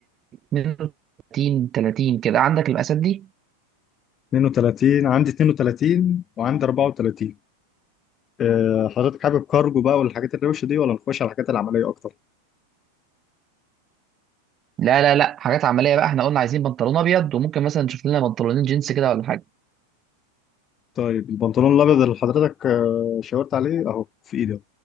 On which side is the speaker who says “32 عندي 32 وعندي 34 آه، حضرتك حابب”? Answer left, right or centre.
Left